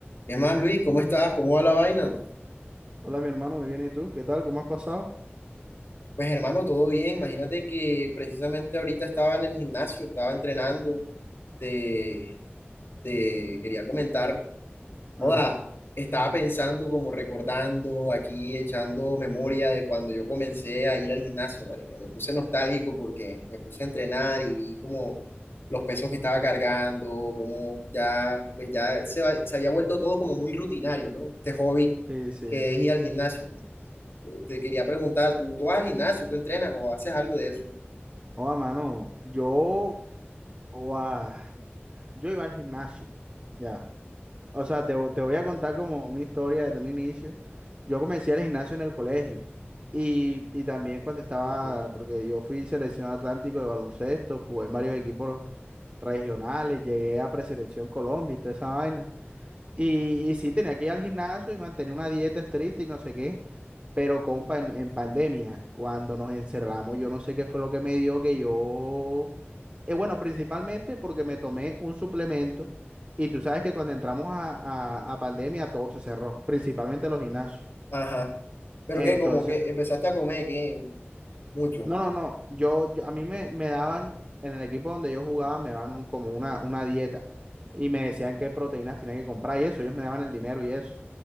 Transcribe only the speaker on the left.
¿Qué más, Luis? ¿Cómo estás? ¿Cómo va la vaina?
Pues hermano, todo bien. Imagínate que precisamente ahorita estaba en el gimnasio, estaba entrenando. Te, te quería comentar,
sea, estaba pensando, como recordando, aquí echando memoria de cuando yo comencé a ir al gimnasio, marica. Me puse nostálgico porque me puse a entrenar y vi como los pesos que estaba cargando, como ya, pues ya se, va- se había vuelto todo como muy rutinario, ¿no? Este hobby
que es ir al gimnasio. te quería preguntar, ¿tú, tú vas al gimnasio, tú entrenas o haces algo de eso?
Ujú.
Ajá. Pero
que como que empezaste a comer, que mucho.